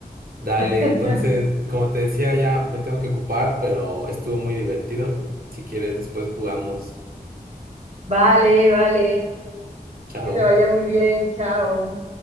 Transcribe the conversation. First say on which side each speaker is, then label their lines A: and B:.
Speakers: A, on the right; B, on the right.
A: Dale,
B: <laughs>
A: entonces, como te decía, ya me tengo que ocupar, pero estuvo muy divertido. Si quieres, después jugamos.
B: Vale, vale.
A: Chao.
B: Que te vaya muy bien. Chao.